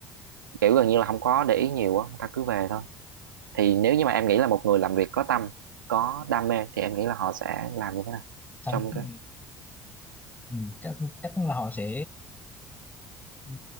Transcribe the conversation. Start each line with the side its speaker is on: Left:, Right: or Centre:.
Right: kiểu gần như là không có để ý nhiều á người ta cứ về thôi thì nếu như mà em nghĩ là một người làm việc có tâm có đam mê thì em nghĩ là họ sẽ làm như thế nào
Left: Thằng-
Right: trong
Left: ừ,
Right: cái
Left: ừ, chắc chắc là họ sẽ ừ,